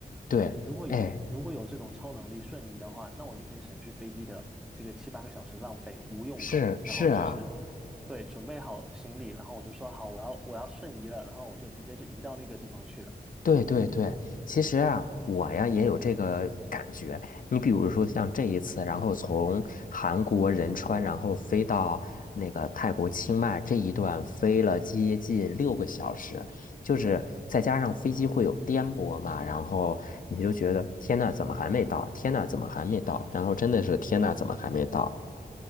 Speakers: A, on the left; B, in the centre.
A: 对，
B: 对，如果有如果有这种超能力瞬移的话，
A: 哎，
B: 那我就可以省去飞机的这个七八个小时浪费无用功，
A: 是是啊，
B: 然后就是对准备好行李，然后我就说好，我要我要瞬移了，然后我就直接就移到那个地方去了。
A: 对对对，其实啊，我呀也有这个感觉。你比如说像这一次，然后从韩国仁川，然后飞到那个泰国清迈这一段，飞了接近六个小时，就是再加上飞机会有颠簸嘛，然后你就觉得天呐，怎么还没到？天呐，怎么还没到？然后真的是天呐，怎么还没到？